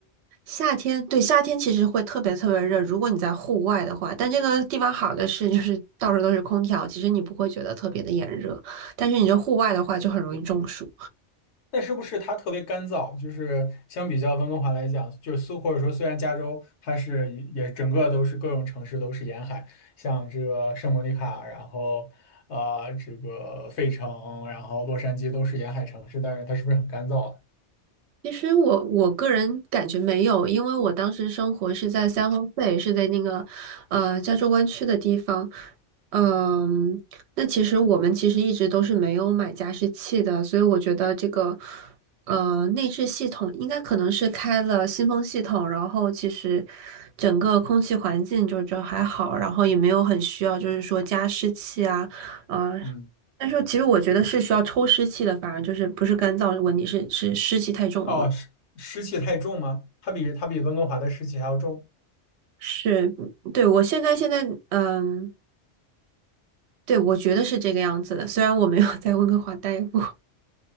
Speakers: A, on the right; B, on the left.
A: 夏天，对，夏天其实会特别特别热，如果你在户外的话，但这个地方好的是，就是到处都是空调，其实你不会觉得特别的炎热，但是你这户外的话就很容易中暑。
B: 那是不是它特别干燥？就是相比较温哥华来讲，就是苏或者说虽然加州它是也整个都是各种城市都是沿海，像这个圣莫尼卡，然后呃这个费城，然后洛杉矶都是沿海城市，但是它是不是很干燥啊？
A: 其实我我个人感觉没有，因为我当时生活是在三藩市，是在那个呃加州湾区的地方。嗯，那其实我们其实一直都是没有买加湿器的，所以我觉得这个呃内置系统应该可能是开了新风系统，然后其实整个空气环境就就还好，然后也没有很需要就是说加湿器啊，呃。
B: 嗯，
A: 但是其实我觉得是需要抽湿器的，反而就是不是干燥问题，是是湿气太重的问题
B: 哦，湿湿气太重吗？它比它比温哥华的湿气还要重。
A: 是，对，我现在现在，嗯，对，我觉得是这个样子的。虽然我没有 <laughs> 在温哥华待过，